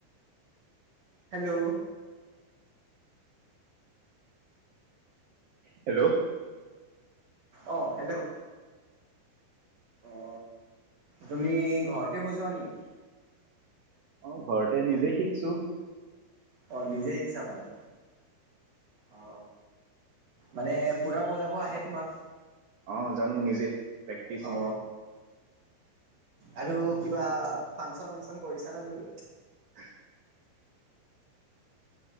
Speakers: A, on the right; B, on the right.
A: হেল্ল'।
B: হেল্ল'
A: অ হেল্ল' অ তুমি ঘৰতে বজোৱা নেকি
B: অ ঘৰতে নিজে শিকছো
A: অ নিজে শিকছা মানে অ মানে পুৰা বজাব আহে তোমাক
B: অ জানো নিজে প্ৰেক্টিচ
A: অ আৰু কিবা ফাংচন ৱাংচন কৰিছা নে তুমি
B: <unintelligible>